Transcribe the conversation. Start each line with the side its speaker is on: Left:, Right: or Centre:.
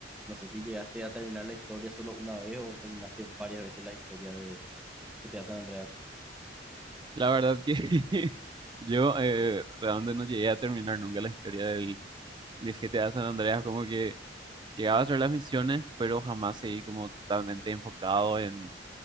Centre: no sé si llegaste a terminar la historia solo una vez o terminaste varias veces la historia de que te hacen Andreas.
Right: La verdad que <laughs> yo eh, realmente no llegué a terminar nunca la historia del, del GTA San Andreas. Como que llegaba a hacer las misiones, pero jamás seguí como totalmente enfocado en